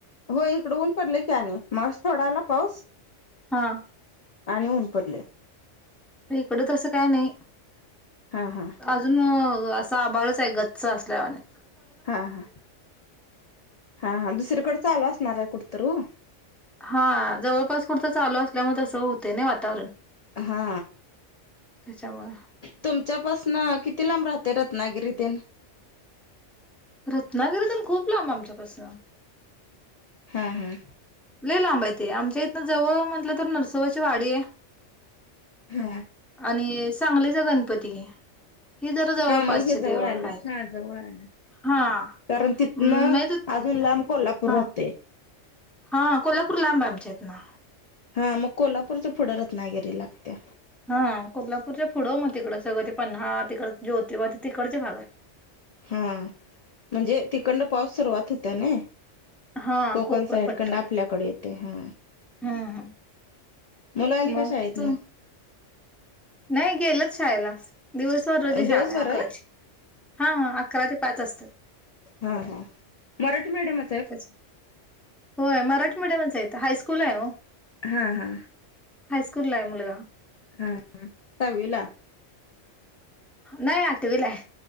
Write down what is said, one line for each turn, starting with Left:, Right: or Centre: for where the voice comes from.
Left: हो इकड ऊन पडलय की आणि मगाशी थोडा आला पाऊस
Centre: हा
Left: आणि ऊन पडले
Centre: इकड त असं काय नाही.
Left: हा हा
Centre: अजून अस आभाळच आहे गच्च असल्यावाणी
Left: हा हा हा हा दुसरीकडे चालू असणार आहे कुठ तर हो
Centre: हा जवळपास कुठतंरी चालू असल्यामुळे तसं होतय नाही वातावरण.
Left: हा
Centre: त्याच्यामुळे
Left: तुमच्यापासन किती लांब राह ते रत्नागिरीतीन
Centre: रत्नागिरीतर खूप लांब आमच्यापासन
Left: हा हम्
Centre: ल लांबा य ते आमच्या इथनं जवळ म्हटलं तर नरसोबाची वाडी आहे.
Left: हा
Centre: आणि सांगलीचा गणपती. हेि जरा जवळ
Left: हा
Centre: पाच
Left: मग हे
Centre: सहा
Left: जवळ
Centre: देव आहेा.
Left: आलं हा जवळ आलं.
Centre: हा
Left: कारण तिथनं
Centre: नाही तर
Left: अजून लांब कोल्हापूर
Centre: हा.
Left: राहतंय.
Centre: हा कोल्हापूर लांब आमच्या आहेत ना.
Left: हा मग कोल्हापूरच्या पुढ रत्नागिरी लागत्या.
Centre: हा कोल्हापूरच्या पुढं मग तिकडं सगळं ते पन्हाळा तिकड जोतिबा ते तिकडच्या भागात.
Left: हा म्हणजे तखंड पाऊस सुरुवात होत्या ना.
Centre: हा
Left: कोकण साइडकंड
Centre: पट्टा
Left: आपल्याकडे येते हा.
Centre: हम्म हम्म
Left: मुला आली का
Centre: मग
Left: शाळेत
Centre: तू
Left: न.
Centre: नाही गेलच शाळेला दिवसभर रोजी
Left: अ,
Centre: शाळा
Left: दिवसभर
Centre: आकराची.
Left: आहे
Centre: हा हा अकरा ते पाच असतात.
Left: हा हा मराठी मीडिम.
Centre: त्या होय मराठी मडियमच इथं हायस्कूल आहे हो.
Left: हा हा!
Centre: हायस्कूल आहे मुलगा.
Left: हा ह दहावी ला.
Centre: नाही आठ विलाय.